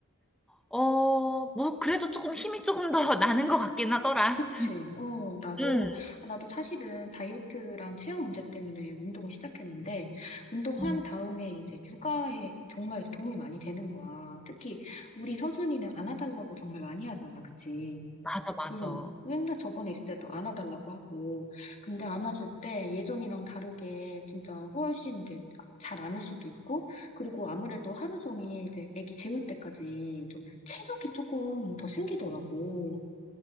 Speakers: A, in the centre; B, on the left.
A: 어, 뭐, 그래도 조금 힘이 조금 더 <laughs> 나는 것 같긴 하더라.
B: 그치. 어, 나도,
A: 응,
B: 나도 사실은 다이어트랑 체형 문제 때문에 운동을 시작했는데, 운동한
A: 음,
B: 다음에 이제 육아에 정말 이제 도움이 많이 되는 거야. 특히 우리 서준이는 안아달라고 정말 많이 하잖아. 그치.
A: 맞아, 맞아.
B: 그래 맨날 저번에 있을 때도 안아달라고 하고, 근데 안아줄 때 예전이랑 다르게 진짜 훨씬 이제 잘 안을 수도 있고, 그리고 아무래도 하루 종일 이제 아기 재울 때까지 좀 체력이 조금 더 생기더라고.